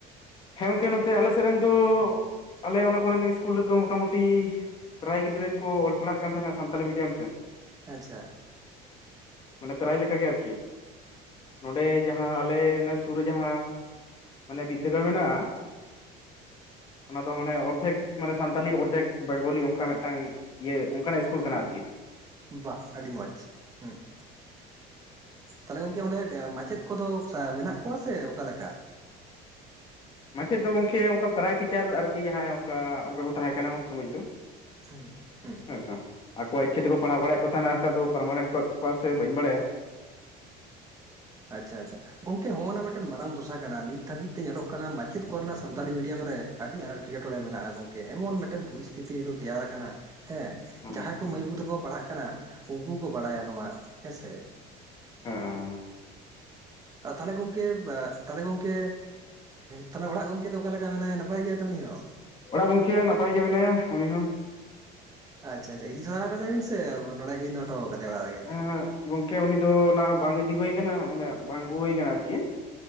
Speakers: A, on the left (about 30°); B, on the right (about 20°).
A: ᱦᱮᱸ ᱜᱚᱝᱠᱮ ᱱᱚᱛᱮ ᱟᱞᱮ ᱥᱮᱫ ᱨᱮᱱ ᱫᱚ, ᱟᱞᱮ ᱚᱱᱟ ᱠᱚᱨᱮᱱ ᱤᱥᱠᱩᱞ ᱨᱮᱫᱚ ᱢᱚᱴᱟᱢᱩᱴᱤᱼᱼ ᱯᱨᱟᱭ ᱜᱤᱫᱽᱨᱟᱹ ᱠᱚ ᱚᱞ ᱯᱟᱲᱦᱟᱜ ᱠᱟᱱ ᱛᱟᱦᱮᱸᱱᱟ ᱥᱟᱱᱛᱟᱞᱤ ᱢᱤᱰᱤᱭᱟᱢ ᱛᱮ ᱾
B: ᱟᱪᱪᱷᱟ ᱾
A: ᱢᱟᱱᱮ ᱯᱨᱟᱭᱞᱮᱠᱟ ᱜᱮ ᱟᱨᱠᱤ ᱱᱚᱸᱰᱮ ᱡᱟᱦᱟᱸ ᱟᱞᱮ ᱥᱩᱼᱼ ᱥᱩᱨ ᱨᱮ ᱡᱟᱦᱟᱸᱼᱼ ᱢᱟᱱᱮ ᱵᱤᱫᱽᱫᱟᱹᱜᱟᱲ ᱢᱮᱱᱟᱜᱼᱟ, ᱚᱱᱟ ᱫᱚ ᱢᱟᱱᱮ ᱚᱨᱫᱷᱮᱠᱼᱼ ᱢᱟᱱᱮ ᱥᱟᱱᱛᱟᱞᱤ ᱚᱨᱫᱷᱮᱠ ᱵᱮᱝᱜᱚᱞᱤ ᱚᱱᱠᱟ ᱢᱤᱫᱴᱟᱝ ᱤᱭᱟᱹ ᱚᱱᱠᱟᱱᱟᱜ ᱤᱥᱠᱩᱞ ᱠᱟᱱᱟ ᱟᱨᱠᱤ ᱾
B: ᱵᱟᱥ ᱟᱹᱰᱤ ᱢᱚᱡᱽ ᱦᱮᱸ ᱾ ᱛᱟᱦᱚᱞᱮ ᱜᱚᱝᱠᱮ ᱚᱸᱰᱮ ᱢᱟᱪᱮᱫ ᱠᱚᱫᱚ ᱢᱮᱱᱟᱜ ᱠᱚᱣᱟ ᱥᱮ ᱚᱠᱟ ᱞᱮᱠᱟ?
A: ᱢᱟᱪᱮᱫ ᱫᱚ ᱜᱚᱝᱠᱮ ᱚᱱᱠᱟ ᱯᱨᱟᱭ ᱴᱤᱪᱟᱨ ᱟᱨᱠᱤ ᱡᱟᱦᱟᱸᱭ ᱚᱱᱠᱟ ᱚᱱᱠᱟ ᱠᱚ ᱛᱟᱦᱮᱸ ᱠᱟᱱᱟ ᱩᱱ ᱥᱚᱢᱚᱭ ᱫᱚ ᱾
B: ᱟᱪᱪᱷᱟ ᱦᱮᱸ ᱾
A: ᱦᱮᱸᱥᱮ ᱟᱠᱚᱣᱟᱜ ᱤᱪᱪᱷᱟ ᱛᱮᱠᱚ ᱯᱟᱲᱦᱟᱣ ᱵᱟᱭᱮᱫ ᱠᱚ ᱛᱟᱦᱮᱱᱟ ᱱᱮᱛᱟᱨ ᱫᱚ ᱯᱟᱨᱢᱟᱱᱮᱱᱴ ᱠᱚ ᱮᱫ ᱠᱚᱣᱟ ᱥᱮ ᱵᱟᱹᱧ ᱵᱟᱲᱟᱭᱟ ᱾
B: ᱟᱪᱪᱷᱟ ᱟᱶᱪᱷᱟ ᱾ ᱜᱚᱝᱠᱮ ᱦᱚᱜᱼ ᱱᱟ ᱢᱤᱫᱴᱮᱱ ᱢᱟᱨᱟᱝ ᱫᱚᱥᱟ ᱠᱟᱱᱟ, ᱱᱤᱛ ᱫᱷᱟᱹᱵᱤᱡ ᱛᱮ ᱧᱮᱞᱚᱜ ᱠᱟᱱᱟ ᱢᱟᱪᱮᱫ ᱠᱚᱨᱮᱱᱟᱜ ᱥᱟᱱᱛᱟᱞᱤ ᱢᱤᱰᱤᱭᱟᱢ ᱨᱮᱼᱼ ᱟᱹᱰᱤ ᱟᱱᱟᱴᱠ ᱮᱴᱠᱚᱴᱚᱬᱮ ᱢᱮᱱᱟᱜᱼᱟ ᱜᱚᱢᱠᱮ, ᱮᱢᱚᱱ ᱢᱤᱫᱴᱮᱱ ᱯᱚᱨᱤᱥᱛᱤᱛᱤ ᱱᱤᱛᱚᱜ ᱛᱮᱭᱟᱨ ᱟᱠᱟᱱᱟ ᱦᱮᱸ ᱾
A: ᱦᱮᱸ
B: ᱡᱟᱦᱟᱸᱭ ᱠᱚ
A: ᱦᱮᱸ
B: ᱢᱟᱹᱭ ᱵᱟᱹᱵᱩ ᱛᱟᱠᱚ ᱠᱚ ᱯᱟᱲᱦᱟᱜ ᱠᱟᱱᱟ ᱩᱱᱠᱩ ᱦᱚᱸᱠᱚ ᱵᱟᱲᱟᱭᱟ ᱱᱚᱣᱟ ᱦᱮᱸ ᱥᱮ ᱾
A: ᱦᱩᱸ ᱚᱸ
B: ᱛᱟᱦᱚᱞᱮ ᱜᱚᱝᱠᱮ ᱛᱟᱦᱞᱮ ᱜᱚᱝᱠᱮ ᱛᱟᱦᱮ ᱚᱲᱟᱜ ᱫᱚ? ᱛᱚ ᱚᱠᱟ ᱞᱮᱠᱟ ᱢᱮᱱᱟᱭᱟ ᱱᱟᱯᱟᱭ ᱜᱮᱭᱟᱭ ᱛᱚ ᱩᱱᱤ ᱦᱚᱸ?
A: ᱚᱲᱟᱜ ᱜᱚᱢᱠᱮ ᱱᱟᱯᱟᱭ ᱜᱮ ᱢᱮᱱᱟᱭᱟ ᱩᱱᱤ ᱦᱚᱸ ᱾
B: ᱟᱪᱪᱷᱟ ᱟᱪᱪᱷᱟ, ᱤᱫᱤ ᱛᱚᱨᱟ ᱠᱟᱫᱮᱵᱤᱱ ᱥᱮ ᱱᱚᱰᱮ ᱜᱮᱵᱮᱱ ᱫᱚᱦᱚ ᱦᱚᱴᱚ ᱟᱠᱟᱫᱮ ᱚᱲᱟᱜ ᱨᱮ?
A: ᱦᱮᱸ ᱜᱚᱝᱠᱮ ᱩᱱᱤ ᱫᱚ ᱚᱱᱟ ᱵᱟᱝ ᱤᱫᱤ ᱦᱩᱭ ᱟᱠᱟᱱᱟ ᱢᱟᱱᱮ ᱵᱟᱝ ᱟᱜᱩ ᱦᱩᱭ ᱟᱠᱟᱱᱟ ᱟᱨᱠᱤ ᱾